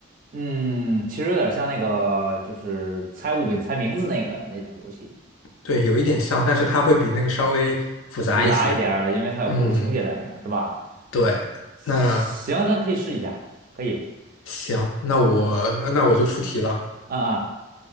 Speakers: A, on the right; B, on the left.
A: 嗯嗯，其实有点像那个，就是猜物品、猜名字那个那种游戏，
B: 对，有一点像，但是它会比那个稍微复杂一些。
A: 复杂一点儿因为它有故事情节在里面，
B: 嗯，
A: 是吧？
B: 对。
A: 行，
B: 那
A: 咱可以试一下，可以。
B: 行，那我那那我就出题了。
A: 啊啊啊